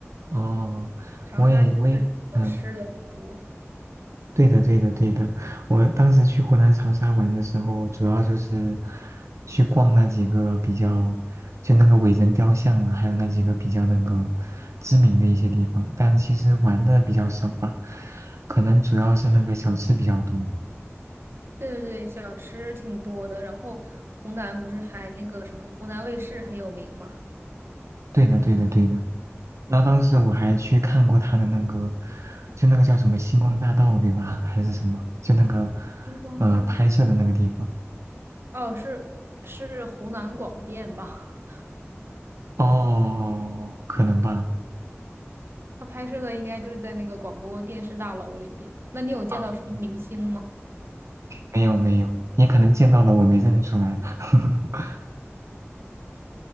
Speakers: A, on the right; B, on the right.
A: 哦，
B: 长沙就是好吃的很多，
A: 我也我也嗯，对的对的对的，我当时去湖南长沙玩的时候，主要就是去逛那几个比较就那个伟人雕像啊，还有那几个比较那个知名的一些地方，但其实玩的比较少吧，可能主要是那个小吃比较多。
B: 对对对，小吃挺多的。然后湖南不是还那个什么，湖南卫视很有名吗？
A: 对的对的对的。然后当时我还去看过他的那个，就那个叫什么星光大道，对吧？还是什么？就那个
B: 星光大
A: 呃拍摄的那个地方。
B: 哦，是是湖南广电吧？
A: 哦，可能吧。
B: <laughs> 他拍摄的应该就是在那个广播电视大楼里边。那你有见到什么明星吗？
A: 啊，对，没有没有，也可能见到了我没认出来。<laughs>